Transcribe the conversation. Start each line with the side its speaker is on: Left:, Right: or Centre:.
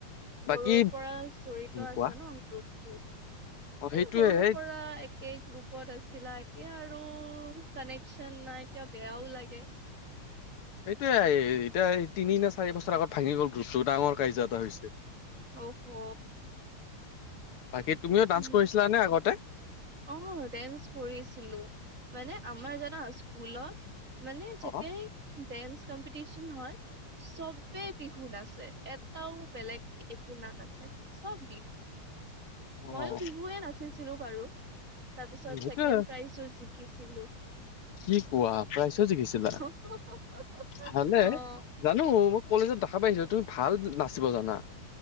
Right: সৰুৰ
Left: বাকী
Right: পৰা জৰিত ত' আছে
Left: কোৱা
Right: ন গ্ৰুপটো,
Left: অ
Right: মানে
Left: সেইটোয়ে
Right: সৰুৰ
Left: সেই
Right: পৰা পুৰা একে গ্ৰুপত আছিলা, এতিয়া আৰু কানেকচন নাই, এতিয়া বেয়াও লাগে।
Left: এইটোয়ে এতিয়া এই তিনি নে চাৰি বছৰ আগত ভাঙি গ'ল ধ্ৰুটো ডাঙৰ কাজিয়া এটা হৈছিল।
Right: অহ হো।
Left: বাকী তুমিও ডান্স
Right: উম
Left: কৰিছিলা নে আগতে?
Right: অ ডেন্স কৰিছিলো, আমাৰ জানা স্কুলত মানে যেতিয়াই
Left: অ',
Right: ডেন্স কম্পিটিশন হয় চবে বিহু নাচে এটাও বেলেগ একো ন নাচে চব বিহু
Left: অ',
Right: মইো বিহুৱে নাচিছিলো বাৰু তাৰপিছত
Left: সেইটোয়ে
Right: ছেকেণ্ড প্ৰাইজো জিকিছিলো।
Left: কি কোৱা প্ৰাইজো জিকিছিলা
Right: <unintelligible>
Left: ভালে।
Right: অ আহ
Left: জানো মই কলেজত দেখা পাইছো তুমি ভাল নাচিব জানা।